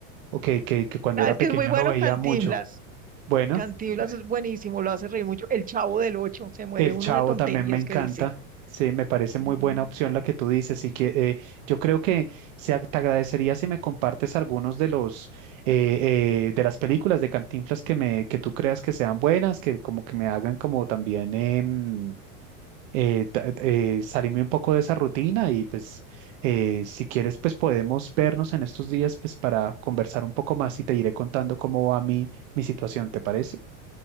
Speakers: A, on the right; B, on the right.
A: o que, que, que cuando
B: sabes
A: era pequeño
B: que es muy bueno
A: lo veía
B: Cantinflas.
A: mucho. Bueno,
B: Cantinflas
A: eh,
B: es buenísimo, lo hace reír mucho. El Chavo del Ocho, se muere
A: el
B: uno
A: Chavo
B: de tonterías
A: también me encanta.
B: que dice.
A: Sí, me parece
B: Sí.
A: muy buena opción la que tú dices. Y que eh, yo creo que se ag- te agradecería si me compartes algunos de los eh, eh, de las películas de Cantinflas que me que tú creas que sean buenas, que como que me hagan como también em, eh, ta- eh, salirme un poco de esa rutina y pues eh, si quieres pues podemos vernos en estos días pues para conversar un poco más y te iré contando cómo va mi, mi situación, ¿te parece?